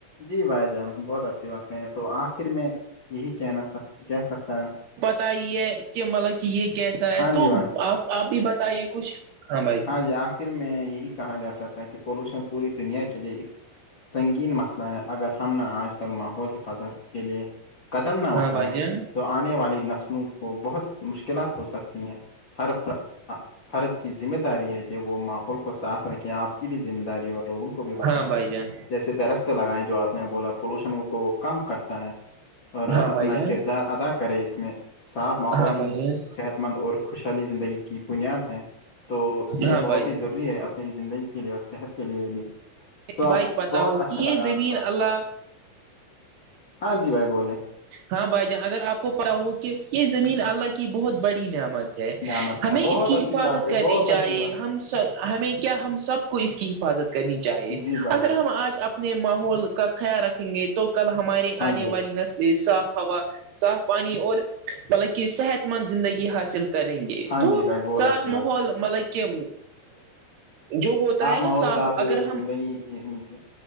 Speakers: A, on the left (about 80°); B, on the right (about 70°).
A: جی بھائی جان بہت اچھی بات کہیں ہیں تو آخر میں یہی کہنا کہہ سکتا ہے
B: بت ہی ہے کہ مطلب کہ یہ کیسا ہے
A: ہاں
B: تو
A: جی بھائی
B: آپ آپ بھی بتائیے کچھ بھائی جان
A: ہاں جی آخر میں یہی کہا جا سکتا ہے کہ پولوشن پوری دنیا کے لیے ایک سنگین مسئلہ ہے اگر ہم نے آج کل ماحول حفاظت کے لیے قدم نہ اٹھائیں
B: ہاں بھائی جان
A: تو آنے والی نسلوں کو بہت مشکلات ہو سکتی ہیں ہر فرد کی ذمہ داری ہے کہ وہ ماحول کو صاف رکھیں آپ کی بھی ذمہ داری اور لوگوں کو بھی بتائیں
B: ہاں بھائی جان
A: جیسے درخت لگائائے جو آپ نے بولا پولوشن کو وہ کم کرتا ہے اور اپنا
B: ہاں بھائی جان
A: کردار ادا کرے اس میں صاف ماحول
B: ہاں
A: ہی
B: بھائی جان
A: صحت مند اور خوشحالی زندگی کی بنیاد ہیں تو یہ
B: ہاں
A: بہت
B: بھائی
A: ہی
B: جان
A: ضروری ہے اپنی زندگی کے لیے اور صحت کے لیے بھی تو آپ
B: بھائی پتا
A: بہت
B: ہو کہ
A: اچھا
B: یہ
A: لگا
B: زمین
A: آپ سے بات
B: اللہ
A: کرتے ہو ہاں جی بھائی بولے
B: ہاں بھائی جان اگر آپ کو پت ہو کہ یہ زمین اللہ کی بہت بڑی نعمت
A: نعمت ہے
B: ہمیں
A: بہت
B: اس کی
A: اچھی
B: حفاظت
A: بات کہی
B: کرنی
A: بہت
B: چاہیے
A: اچھی بات
B: ہم ہمیں کیا ہم سب کو اس کی حفاظت کرنی چاہیے
A: جی بھائی
B: اگر
A: جان
B: ہم آج اپنے ماحول کا خیال رکھیں گے تو کل ہمارے
A: ہاں
B: آنے
A: جی بھائی
B: والی نسلی صاف ہوا صاف پانی اور بلکہ صحت مند زندگی حاصل کر کریں گے
A: ہاں
B: تو
A: جی بھائی بہت
B: سا
A: اچھی بات
B: ماحول
A: ہے
B: مطلب کہ جو ہوتا ہے
A: ماحول
B: نا صاف اگر ہم
A: زندگی ہی ملتی ہے